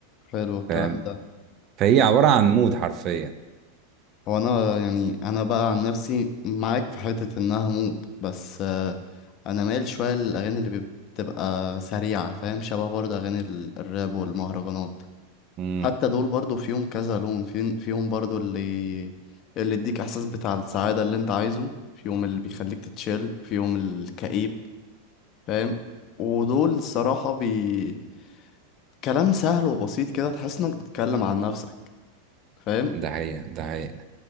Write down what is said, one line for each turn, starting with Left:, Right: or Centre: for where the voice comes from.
Left: حلو الكلام
Right: فاهم
Left: ده
Right: فهي عباره عن مود حرفيا
Left: هو انا يعني انا بقى عن نفسي معاك في حتة انها مود بس آه، انا مايل شوية للاغاني اللي بيب- بتبقى سريعة فاهم شبه برضه اغاني ال- الراب والمهرجانات
Right: امم
Left: حتى دول برضه فيهم كذا لون في فيهم برضه اللي اللي يديك احساس بتاع السعادة اللي انت عايزه فيهم اللي بيخليك تتشيل فيهم الكئيب فاهم ودول الصراحة بي كلام سهل وبسيط كده تحس انك بتتكلم عن نفسك فاهم
Right: ده حقيقة ده حقيقة